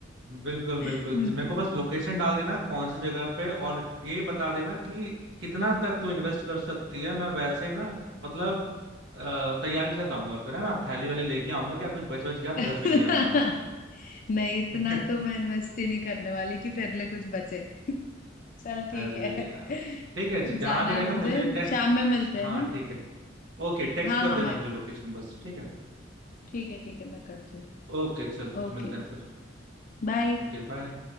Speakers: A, on the right; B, on the left.
A: बिल्कुल
B: <laughs>
A: बिल्कुल ज- मेरे को बस लोकेशन डाल देना कौन सी जगह पे और ये बता देना कि कितना तक तू इन्वेस्ट कर सकती है मैं वैसे ना मतलब अ, तैयारी के साथ आऊंगा फिर है ना थैली वाली लेके आऊंगा क्या कुछ बच बच गया तो
B: <laughs>
A: घर में ले आऊंगा
B: नहीं
A: <laughs>
B: इतना तो मैं इन्वेस्ट ही नहीं करने वाली कि तेरे लिए कुछ बचे <laughs> चल ठीक
A: अरे
B: है
A: यार
B: <laughs>
A: ठीक है ज- जहाँ
B: जाना
A: भी
B: है
A: रहेगा
B: मुझे
A: मुझे टेक्स्ट
B: शाम में मिलते
A: हाँ
B: हैं ना
A: ठीक है ओके टेक्स्ट
B: हाँ
A: कर
B: हाँ
A: देना
B: मैं
A: मुझे लोकेशन बस ठीक है
B: ठीक है ठीक है मैं करती हूँ
A: ओके चल
B: ओके
A: मिलते हैं फिर
B: बाय
A: Okay bye